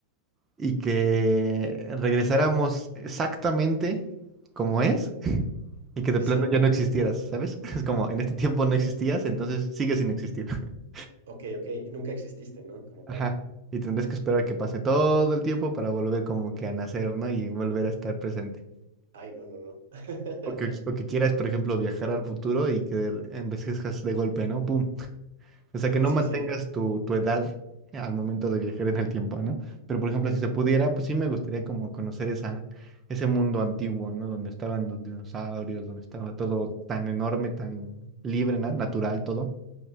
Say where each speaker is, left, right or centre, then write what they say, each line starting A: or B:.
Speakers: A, on the right (about 20°); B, on the right (about 80°).
A: y que regresáramos exactamente como es y que de
B: sí,
A: plano
B: sí.
A: ya no existieras, ¿sabes? <laughs> Es como en este tiempo no existías, entonces sigues sin existir. <laughs>
B: Ok, ok. Y nunca exististe, ¿no? Como
A: Ajá.
B: tal.
A: Y tendrás que esperar a que pase todo el tiempo para volver como que a nacer, ¿no? Y volver a estar presente.
B: Ay, no, no, no. <laughs>
A: O que, o que quieras, por ejemplo, viajar al futuro y que envejezcas de golpe, ¿no? ¡Pum! O sea, que no
B: Sí,
A: mantengas
B: sí.
A: tu, tu edad al momento de viajar en el tiempo, ¿no? Pero, por ejemplo, si se pudiera, pues sí me gustaría como conocer esa, ese mundo antiguo, ¿no? Donde estaban los dinosaurios, donde estaba todo tan enorme, tan libre, ¿no? Natural todo.